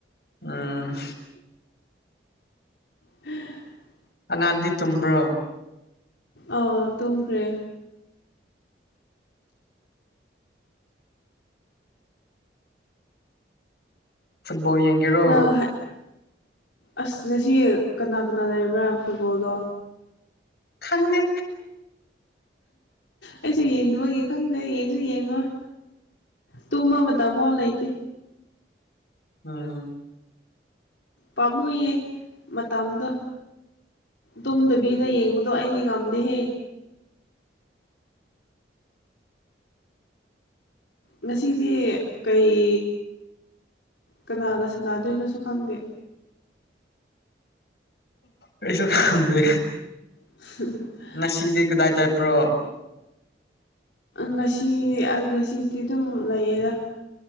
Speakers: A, on the left; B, on the left.
A: ꯎꯝ
B: <unintelligible>
A: ꯑꯉꯥꯟꯗꯤ ꯇꯨꯝꯕ꯭ꯔꯣ
B: ꯑꯥ ꯇꯨꯝꯈ꯭ꯔꯦ
A: ꯐꯨꯠꯕꯣꯜ ꯌꯦꯡꯒꯦꯔꯣ
B: ꯅꯪ ꯑꯁ ꯉꯁꯤ ꯀꯅꯥ ꯀꯅꯥ ꯂꯩꯔꯕ꯭ꯔꯥ ꯐꯨꯠꯕꯣꯜꯗꯣ
A: ꯈꯪꯗꯦ
B: ꯑꯩꯁꯨ ꯌꯦꯡꯗꯃꯒꯤ ꯈꯪꯗꯦ ꯌꯦꯡꯁꯨ ꯌꯦꯡꯉꯣꯏ ꯇꯨꯝꯕ ꯃꯇꯝꯕꯧ ꯂꯩꯇꯦ
A: ꯎꯝ
B: ꯄꯥꯝꯃꯨꯏꯌꯦ ꯃꯇꯝꯗꯣ ꯇꯨꯝꯗꯕꯤꯗ ꯌꯦꯡꯕꯗꯣ ꯑꯩꯗꯤ ꯉꯝꯗꯦꯍꯦ ꯉꯁꯤꯗꯤ ꯀꯩ ꯀꯅꯥꯒ ꯁꯥꯟꯅꯗꯣꯏꯅꯣꯁꯨ ꯈꯪꯗꯦ
A: ꯑꯩꯁꯨ ꯈꯪꯗꯦ
B: <unintelligible>
A: ꯉꯁꯤꯗꯤ ꯀꯗꯥꯥꯏ ꯆꯠꯄ꯭ꯔꯣ
B: ꯉꯁꯤ ꯑꯩ ꯉꯁꯤꯗꯤ ꯑꯗꯨꯝ ꯂꯩꯌꯦꯗ